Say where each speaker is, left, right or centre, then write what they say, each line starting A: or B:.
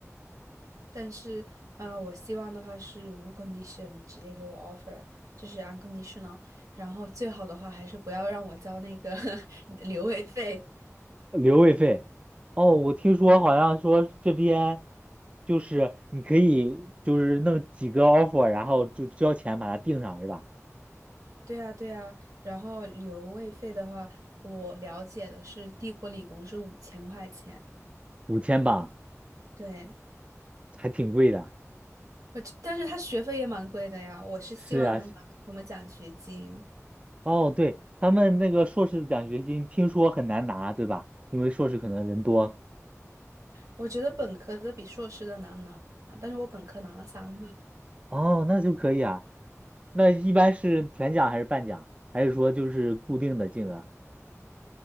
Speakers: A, on the right; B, on the right.
A: 但是，嗯、我希望的话是无 condition 直接给我 offer，就是 unconditional。然后最好的话还是不要让我交那个 <laughs> 留位费。
B: 留位费。哦，我听说好像说这边就是你可以就是弄几个 offer，然后就交钱把它定上是吧？
A: 对啊，对啊。然后留位费的话，我了解的是帝国理工是五千块钱。
B: 五千镑
A: 对，
B: 还挺贵的。
A: 我觉但是他学费也蛮贵的呀。我是希望能拿到什么奖学金。
B: 是呀，哦，对，他们那个硕士奖学金听说很难拿，对吧？因为硕士可能人多。
A: 我觉得本科的比硕士的难拿，但是我本科拿了三个。
B: 哦，那就可以啊。那一般是全奖还是半奖，还是说就是固定的金额？